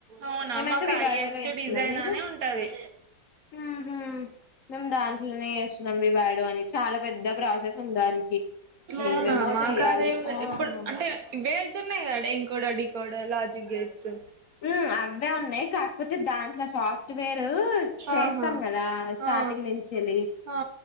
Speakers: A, on the right; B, on the left.
A: అవునా
B: మిమైతె
A: మాకు
B: వివాడోలో
A: ఐఎస్సి
B: చెస్తున్నాం.
A: డిజైన్
B: మీరు
A: అనే ఉంటది
B: హు హ్మ్ మేమ్ దాంట్లోనే చెస్తున్నాం. వివాడో అని చాలా పెద్ద ప్రాసెస్ ఉంది దానికి
A: అవునా
B: ఏమేమో
A: మా
B: చెయ్యాలి
A: కాదేం లే
B: ఆ
A: ఇప్పుడ్
B: ఉమ్
A: అంటే ఇవే వేళుతున్నాయి. ఎంకొడా డికొడ లాజ్ ఈ గేట్సు
B: హ్మ్ అవే ఉన్నాయి కాకపోతే దాంట్ల సాఫ్ట్వేరు చేస్తాం
A: ఆహా
B: కదా స్టార్టింగ్
A: ఆ
B: నుంచాలి
A: ఆ